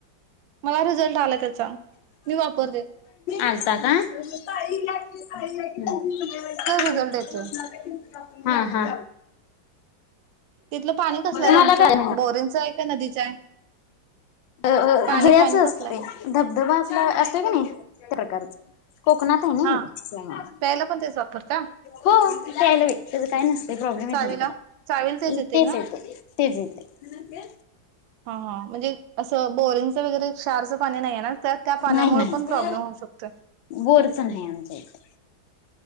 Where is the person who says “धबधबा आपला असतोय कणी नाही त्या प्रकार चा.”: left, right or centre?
Left